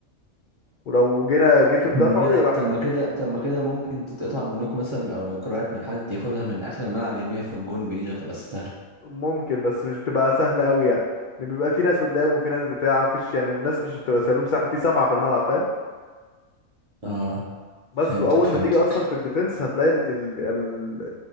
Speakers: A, on the left; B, on the right.
A: ولو جينا جيتوا
B: طب
A: تدافعوا
B: ما كده
A: يراح
B: طب ما كده طب ما كده ممكن تتقطع منكم مثلا او لو كرهت من حد ياخدها من اخر الملعب يرميها في الجون بايده هتبقى سهله
A: ممكن بس مش بتبقى سهلة قوي يعني ان بيبقى في ناس قدام وفي ناس بتاع مفيش يعني الناس مش بتبقى سايبين مساحة في سبعة في الملعب فاهم
B: اه
A: بس
B: فهمتك
A: واول
B: فهمتك
A: ما تيجي اصلا في الديفense هتلاقي ال ال ال